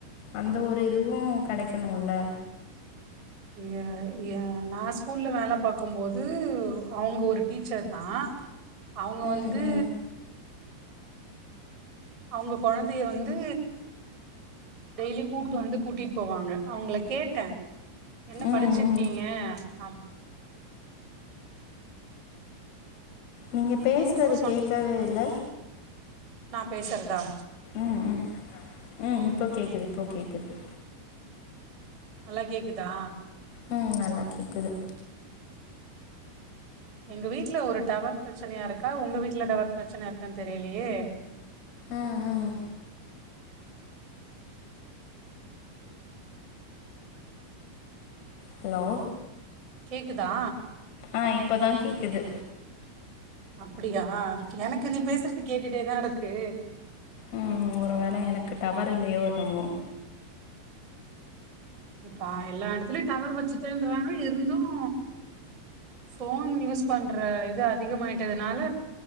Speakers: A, on the left; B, on the right.
A: அந்த ஒரு இதுவு கெடைக்கணும்ல
B: எ எ நான் ஸ்கூல்ல வேல பாக்கும்போது அவங்க ஒரு டீச்சர்தா அவங்க
A: ம்
B: வந்து
A: ம்
B: அவங்க கொழந்தைய வந்து டெய்லி கூட்டு வந்து கூட்டிட்டு போவாங்க அவங்கள கேட்டே என்ன
A: ம்
B: படிச்சிருக்கீங்க
A: ம்
B: அம்
A: நீங்க பேசுறது
B: றோ
A: கேட்கவே இல்ல
B: நான் பேசுறதா
A: ம் ம் ம் இப்போ கேக்குது இப்போ கேக்குது
B: நல்லா கேக்குதா
A: உம் நல்லா கேக்குது
B: எங்க வீட்டல ஒரு டவர் பிரச்சனையா இருக்கா உங்க வீட்ல டவர் பிரச்சனை இருக் க்கான்னு தெரியலயே
A: ம் ம் ஹலோ
B: கேக்குதா
A: ஆ இப்பதா கேக்குது
B: அப்டியா எனக்கு நீ பேசுறது கேட்டுட்டேதா இருக்கு
A: உம் ஒரு வேள எனக்கு டவர் இல்லையோ என்னமோ
B: இப்ப எல்லா இடத்துலயேயும் டவர் வச்சுட்டேன்றாங்க இருந்தும் போன் யூஸ் பண்ற இது அதிகமாயிட்டதுனால